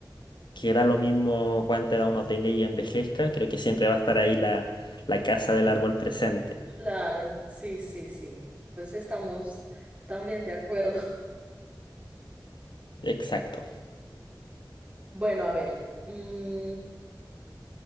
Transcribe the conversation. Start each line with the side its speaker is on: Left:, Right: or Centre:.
Left: que da lo mismo cuánta edad uno tenga y envejezca, creo que siempre va a estar ahí la, la casa del árbol presente.
Right: Claro, sí, sí, sí. Entonces estamos también de acuerdo. <laughs>
Left: Exacto.
Right: Bueno, a ver, mm,